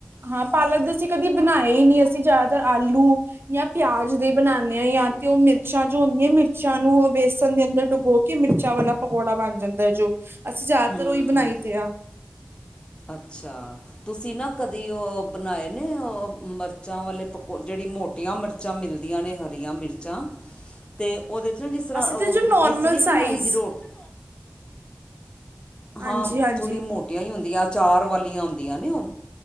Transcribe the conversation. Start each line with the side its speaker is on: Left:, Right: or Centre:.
Right: ਹਾਂ ਪਾਲਕ ਦੇ ਅਸੀਂ ਕਦੇ ਬਣਾਏ ਹੀ ਨਹੀਂੀ ਅਸੀਂ ਜ਼ਿਆਦਾਤਰ ਆਲੂ ਜਾਂ ਪਿਆਜ ਦੇ ਬਣਾਉਂਦੇ ਹਾਂ ਜਾਂ ਤੇ ਉਹ ਮਿਰਚਾਂ ਜੋ ਹੁੰਦੀਆਂ ਮਿਰਚਾਂ ਨੂੰ ਬੇਸਣ ਦੇ ਅੰਦਰ ਡੁਬੋ ਕੇ ਮਿਰਚਾਂ ਵਾਲਾ ਪਕੌੜਾ ਬਣ ਜਾਂਦਾ ਹੈ ਜੋ ਅਸੀਂ ਜ਼ਿਆਦਾਤਰ
Left: ਹੂੰ
Right: ਉਹੀ ਬਣਾਈ ਦੇ ਆ
Left: ਅੱਛਾ ਤੁਸੀਂ ਨਾ ਕਦੀ ਉਹ ਬਣਾਏ ਨੇ ਉਹ ਮਿਰਚਾਂ ਵਾਲੇ ਪਕੋ ਜਿਹੜੀ ਮੋਟੀਆਂ ਮਿਰਚਾਂ ਮਿਲਦੀਆਂ ਨੇ ਹਰੀਆਂ ਮਿਰਚਾਂ ਤੇ ਉਹਦੇ 'ਚ ਨਾ ਜਿਸ ਤਰ੍ਹਾਂ
Right: ਅਸੀਂ ਤੇ ਜੋ
Left: ਮਿਸ
Right: ਨੋਰਮਲ
Left: ਨਹੀਂ ਬਣਾਈ
Right: ਸਾਈਜ਼
Left: ਦੀ ਰੋਟੀ
Right: ਹਾਂਜੀ-ਹਾਂਜੀ
Left: ਹਾਂ ਥੋੜੀ ਮੋਟੀਆਂ ਹੀ ਹੁੰਦੀਆਂ ਚਾਰ ਵਾਲੀਆਂ ਹੁੰਦੀਆ ਨੇ ਉਹ